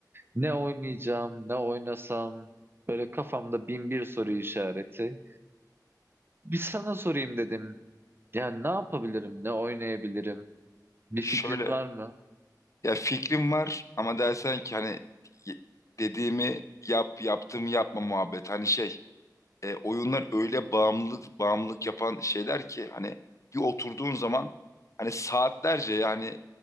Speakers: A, on the right; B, on the left.
A: ne oynayacağım, ne oynasam böyle kafamda bin bir soru işareti. Bir sana sorayım dedim. Yani ne yapabilirim, ne oynayabilirim? Bir
B: şöyle
A: fikrin var mı?
B: ya fikrim var ama dersen ki hani y- dediğimi yap yaptığımı yapma muhabbet. Hani şey e, oyunlar öyle bağımlılık bağımlılık yapan şeyler ki hani bir oturduğun zaman hani saatlerce yani